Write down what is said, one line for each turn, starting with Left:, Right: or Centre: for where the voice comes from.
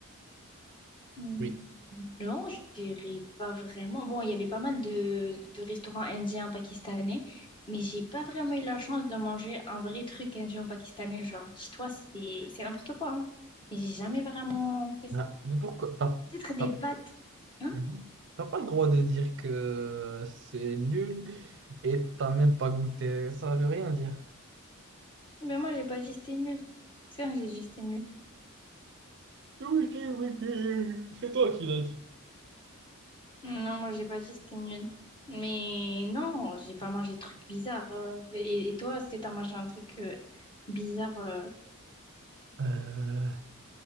Left: Hmm,
Right: Oui.
Left: Non, je dirais pas vraiment. Bon, il y avait pas mal de, de restaurants indiens, pakistanais, mais j'ai pas vraiment eu la chance de manger un vrai truc indien, pakistanais. Genre, chez toi, c'est c'est n'importe quoi, hein. Mais j'ai jamais vraiment fait ça.
Right: Ah, mais pourquoi t'as,
Left: Peut-être des
Right: t'as-
Left: pâtes. Hein?
Right: Mhm. T'as pas le droit de dire que c'est nul et t'as même pas goûté. Ça veut rien dire.
Left: Mais moi, j'ai pas dit c'était nul. C'est vrai que j'ai dit c'était nul.
Right: Oui, oui, oui, oui. C'est toi qui l'as dit.
Left: Non, moi, j'ai pas dit c'était nul. Mais non, j'ai pas mangé de trucs bizarres. euh. Et, et toi, est-ce que t'as mangé un truc euh, bizarre euh,
Right: Euh,